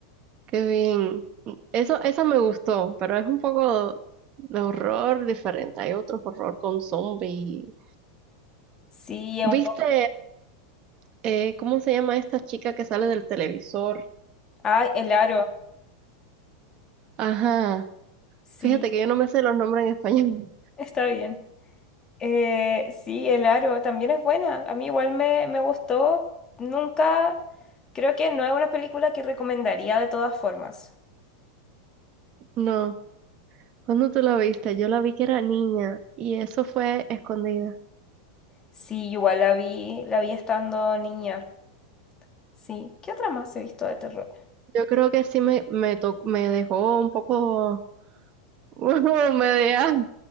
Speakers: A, on the right; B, on the left.
A: Qué bien. Eso, esa me gustó, pero es un poco de horror diferente. Hay otro horror con zombies. y-
B: Sí, es un
A: ¿Viste eh, cómo se llama esta chica que sale del televisor?
B: Ay, el aro.
A: Ajá.
B: Sí,
A: Fíjate que yo no me sé los nombres en español.
B: está bien. Eh, sí, el aro también es buena. A mí igual me, me gustó. Nunca, creo que no es una película que recomendaría de todas formas.
A: <laughs> No. ¿Cuándo tú la viste? Yo la vi que era niña y eso fue escondida.
B: Sí, igual la vi, la vi estando niña. Sí. ¿Qué otra más he visto de terror?
A: Yo creo que sí me, me, to- me dejó un poco <laughs> media,